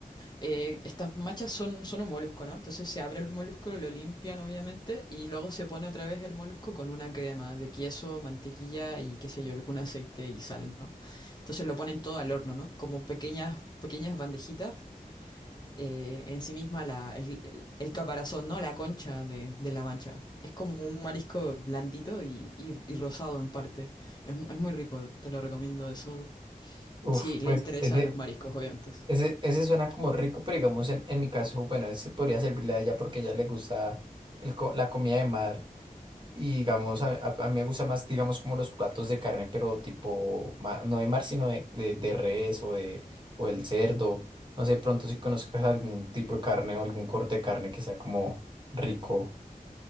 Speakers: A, on the left (about 30°); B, on the right (about 30°).
A: Eh, estas machas son, son un molusco, ¿no? Entonces se abre el molusco, lo limpian obviamente y luego se pone otra vez el molusco con una crema de queso, mantequilla y qué sé yo, algún aceite y sal, ¿no? Entonces lo ponen todo al horno, ¿no? Como pequeñas, pequeñas bandejitas, eh, en sí misma la, el, el- el caparazón, ¿no? La concha de, de la mancha. Es como un marisco blandito y, y- y rosado en parte. Es, mu- es muy rico, te lo recomiendo eso.
B: Uf,
A: Si le
B: pues
A: interesan
B: ese,
A: los mariscos, obviamente.
B: Ese, ese suena como rico, pero digamos en, en mi caso, bueno, ese podría servirle a ella porque a ella le gusta el co- la comida de mar y digamos, a, a- a mí me gusta más, digamos, como los platos de carne, pero tipo, ma- no de mar, sino de, de, de res o de o del cerdo. No sé, pronto si conozcas algún tipo de carne o algún corte de carne que sea como rico.